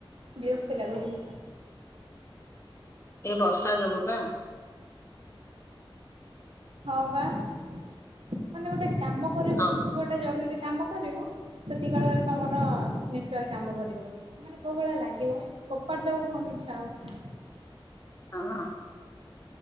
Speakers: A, on the right; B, on the left.
A: ବିରକ୍ତି ଲାଗୁଛି।
B: ଏଇ ବର୍ଷା ଯୋଗୁ ପା।
A: ହଁ ବା। ମାନେ ଗୋଟେ କାମ କରିବୁ
B: ହଁ
A: କିଛି ଗୋଟେ ଜରୁରୀ କାମ କରିବୁ ସେତିକବେଳେ ତମର ନେଟୱାର୍କ କାମ କରିବନି। ମାନେ କେଉଁ ଭଳିଆ ଲାଗିବ ଖପାଡ଼ି ଦବାକୁ ଫୋନ୍ ଇଚ୍ଛା ହେବ।
B: ହଁ ହଁ।